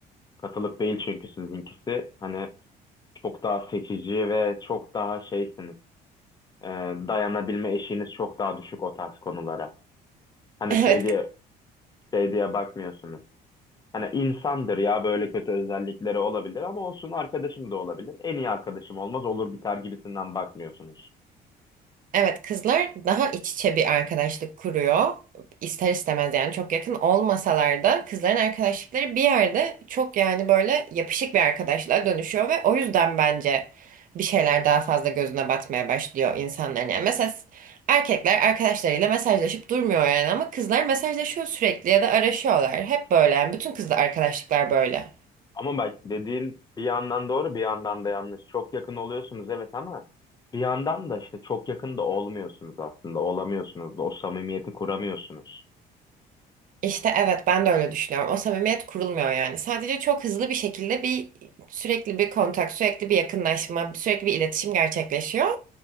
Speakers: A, on the left; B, on the right.
A: Katılık değil çünkü sizinkisi. Hani çok daha seçici ve çok daha şeysiniz. e, dayanabilme eşiğiniz çok daha düşük o tarz konulara. Hani
B: Evet
A: şey diye şey diye bakmıyorsunuz. Hani insandır ya böyle kötü özellikleri olabilir ama olsun arkadaşım da olabilir. En iyi arkadaşım olmaz olur biter gibisinden bakmıyorsunuz.
B: Evet kızlar daha iç içe bir arkadaşlık kuruyor. İster istemez yani çok yakın olmasalar da kızların arkadaşlıkları bir yerde çok yani böyle yapışık bir arkadaşlığa dönüşüyor ve o yüzden bence bir şeyler daha fazla gözüne batmaya başlıyor insanların. Yani mesela s- erkekler arkadaşlarıyla mesajlaşıp durmuyor yani ama kızlar mesajlaşıyor sürekli ya da araşıyorlar. Hep böyle yani bütün kızla arkadaşlıklar böyle.
A: Ama bak dediğin bir yandan doğru bir yandan da yanlış. Çok yakın oluyorsunuz evet ama bir yandan da işte çok yakın da olmuyorsunuz aslında. Olamıyorsunuz da o samimiyeti kuramıyorsunuz.
B: İşte evet ben de öyle düşünüyorum. O samimiyet kurulmuyor yani. Sadece çok hızlı bir şekilde bir sürekli bir kontak, sürekli bir yakınlaşma, sürekli bir iletişim gerçekleşiyor.